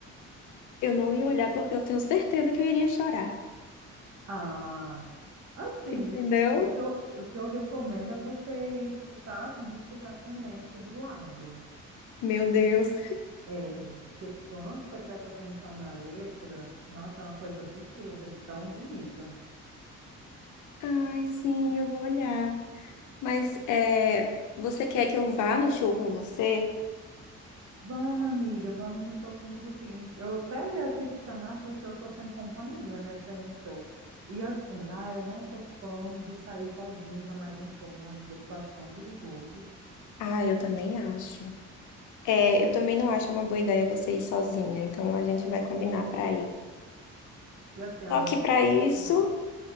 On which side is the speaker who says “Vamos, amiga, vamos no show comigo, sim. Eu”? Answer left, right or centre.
Right